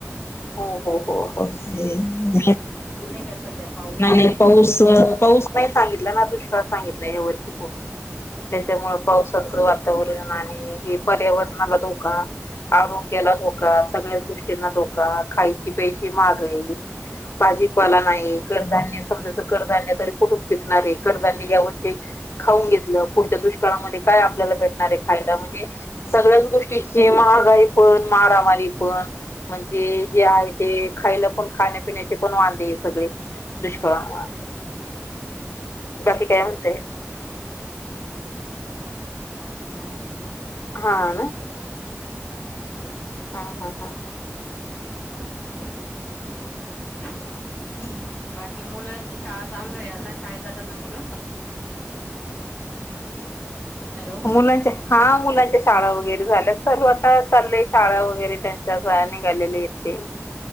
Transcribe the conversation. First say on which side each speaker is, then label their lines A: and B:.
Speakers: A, on the left; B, on the left.
A: हो हो हो हो हो. <unintelligible>
B: त्या सध्या पाऊ
A: नाही नाही पाऊस पाऊस नाही सांगितला ना दुष्काळ सांगितलं या वर्षी. <unintelligible> त्याच्यामुळे पावसाचं
B: आहे
A: वातावरण नाणी हे पर्यावरणाला धोका, आरोग्याला धोका सगळ्या गोष्टींना धो का खायती पैशी मागली. भाजीपाला नाही कर्धान्य <unintelligible> कर्धान्य तरी कुठं पिकणार आहे करधान्य या वर्षी खाऊन घेतलं पुढच्या दुष्काळामध्ये काय आपल्याला भेटणार आहे खायला म्हणजे सगळ्याच गोष्टीची महागाई पण मारामारी पण जे जे आहे ते खायला पण खाण्यापिण्याचे पण वांदे सगळे दुष्काळमुळं बाकी
B: ना
A: काय म्हणते?
B: बाकी काय नाय.
A: हा ना. हा हा हा.
B: <unintelligible>
A: <unintelligible>
B: बाकी मुलांची शाळा चालू झाली आता शाळेत जातात ना मुलं. हॅलो. हा
A: मुलांच्या हा मुलांच्या शाळा वगैरे झाल्या चालू आता चालले शाळा वगैरे त्यां. त्या <unintelligible> निघालेले येते.